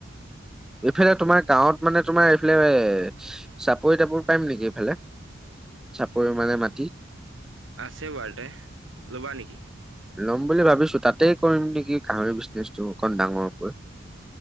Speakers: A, in the centre; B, on the right (about 80°).
A: এইফালে তোমাৰ গাঁৱত মানে তোমাৰ এইফালে এ চাপৰি তাপৰি পাৰিম নেকি এইফালে। পৰিমাণে মাটি।
B: আছে বাৰুতে ল'বা নেকি
A: ল'ম বুলি ভাবিছো তাতেই কৰিম নেকি গাহৰি বিজনেচটো অকণ ডাঙৰকৈ।